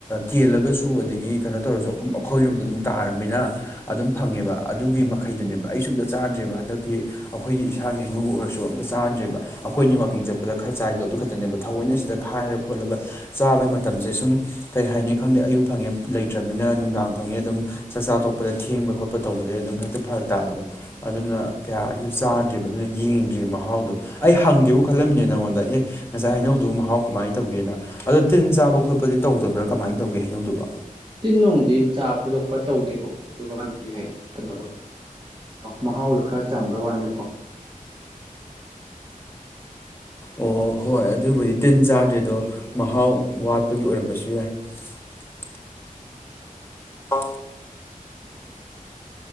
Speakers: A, on the left; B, on the right.
A: ꯀꯦꯜꯂꯒꯁꯨ ꯑꯗꯒꯤ ꯀꯩꯅꯣ ꯇꯧꯔꯁꯨ ꯑꯩꯈꯣꯏꯔꯣꯝꯗ ꯑꯗꯨꯝ ꯇꯥꯔꯕꯃꯤꯅ ꯑꯗꯨꯝ ꯐꯪꯉꯦꯕ ꯑꯗꯨꯒꯤ ꯃꯈꯩꯗꯨꯅꯦꯕ ꯑꯩ ꯁꯨꯝꯗ ꯆꯥꯗ꯭ꯔꯦꯕ ꯍꯟꯗꯛꯀꯤ ꯑꯩꯈꯣꯏꯒꯤ ꯏꯁꯥꯒꯤ ꯍꯩꯅꯧ ꯑꯣꯏꯔꯁꯨ ꯑꯝꯇ ꯆꯥꯗ꯭ꯔꯤꯕ ꯑꯩꯈꯣꯏꯅꯤ ꯋꯀꯤꯡ ꯆꯠꯄꯗ ꯈꯔ ꯆꯥꯏꯗꯣ ꯑꯗꯨꯒ ꯅꯦꯕ ꯊꯑꯣꯏꯅ ꯁꯤꯗ ꯈꯥꯏꯔ ꯈꯣꯠꯂꯒ ꯆꯥꯕꯩ ꯃꯇꯝꯁꯦ ꯁꯨꯝ ꯀꯩ ꯍꯥꯏꯅꯤ ꯈꯪꯗꯦ ꯑꯌꯨꯛꯪꯉꯦ ꯂꯩꯇ꯭ꯔꯕꯅꯤꯅ ꯆꯗꯥꯥꯡ ꯐꯪꯉꯤ ꯑꯗꯨꯝ ꯆꯥꯛꯆꯥ ꯇꯣꯛꯄꯗ ꯊꯦꯡꯕ ꯈꯣꯠꯄ ꯇꯧꯕꯗꯩ ꯑꯗꯨꯝ ꯍꯦꯛꯇ ꯐꯔꯛ ꯇꯥꯕꯗꯣ ꯑꯗꯨꯅ ꯀꯌꯥ ꯑꯩꯁꯨ ꯆꯥꯗ꯭ꯔꯤꯕ ꯑꯗꯨꯅ ꯌꯦꯡꯗ꯭ꯔꯤ ꯃꯍꯥꯎꯗꯣ ꯑꯩ ꯍꯪꯒꯦꯕꯨ ꯈꯜꯂꯝꯃꯤꯅꯦ ꯅꯪꯉꯣꯟꯗ ꯑꯦ ꯉꯁꯥꯏ ꯍꯥꯏꯩꯅꯧꯗꯕꯨ ꯃꯍꯥꯎ ꯅ ꯇꯧꯒꯦꯅꯤꯟ ꯆꯥ ꯈꯄ ꯇꯕ꯭ꯔꯥ ꯀꯃꯥꯏꯅ ꯇꯧꯒꯦ ꯍꯥꯏꯩꯅꯧꯗꯨꯕ
B: ꯇꯤꯟ ꯅꯨꯡꯗꯤ ꯆꯥꯕ ꯊꯣꯏꯗꯣꯛꯄ ꯇꯧꯗꯦꯕꯀꯣ ꯑꯗꯨꯒ ꯍꯥꯏꯗꯤ ꯀꯩꯅꯣꯗꯣ ꯃꯍꯥꯎꯗꯨꯣ ꯈꯔ ꯆꯝꯕꯩ ꯋꯥꯅꯦꯕꯀꯣ
A: ꯑꯣ ꯍꯣꯏ ꯑꯗꯨꯕꯨꯗꯤ ꯇꯤꯟ ꯆꯥꯗ꯭ꯔꯤꯗꯣ ꯃꯍꯥꯎ ꯋꯥꯠꯄꯒꯤ ꯑꯣꯏꯔꯝꯕꯁꯨ ꯌꯥꯏ <unintelligible> ꯑ